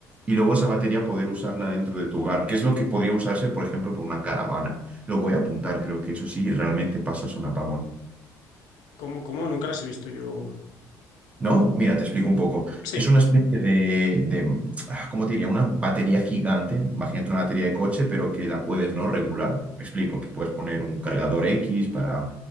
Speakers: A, on the right; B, on the left.
A: y luego esa batería poder usarla dentro de tu hogar, que es lo que podría usarse, por ejemplo, por una caravana. Lo voy a apuntar, creo que eso sí, realmente pasa es un apagón.
B: ¿Cómo, cómo? Nunca las he visto yo.
A: ¿No? Mira, te explico un poco.
B: Sí,
A: Es una especie de, de, ah, ¿cómo te diría? Una batería gigante. Imagínate una batería de coche, pero que la puedes no regular. Me explico, que puedes poner un cargador X para